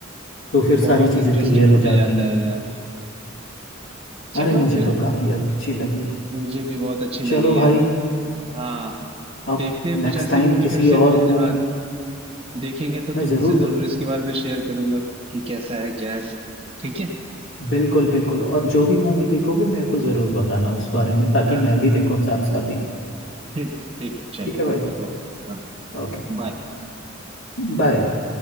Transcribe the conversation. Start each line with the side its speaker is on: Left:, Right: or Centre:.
Left: तो फिर सारी
Right: बहुत
Left: चीज़ें
Right: इंटरेस्टिंग
Left: क्लियर हो
Right: होते
Left: जाती
Right: जाता
Left: हैं
Right: है यार चलो
Left: अरे मुझे
Right: फिर
Left: तो काफ़ी अच्छी लगी
Right: मुझे भी बहुत अच्छी लगी
Left: चलो भाई
Right: यार हाँ
Left: अब
Right: देखते हैं कुछ
Left: नेक्स्ट
Right: ऐसी
Left: टाइम
Right: मूवी
Left: किसी
Right: फिर से
Left: और
Right: जे-
Left: मूवी
Right: हाँ देखेंगे तो
Left: मैं
Right: तुमसे
Left: ज़रूर
Right: जरूर इसके बारे में शेयर करूंगा कि कैसा है क्या है ठीक है
Left: बिल्कुल बिल्कुल और जो भी मूवी देखोगे मेरे को ज़रूर बताना उस बारे में ताकि
Right: चलो
Left: मैं भी देखूं साथ साथ ही
Right: ठीक ठीक है चलो
Left: ठीक है भाई
Right: ओके ओके हाँ
Left: ओके
Right: बाय
Left: बाय भाई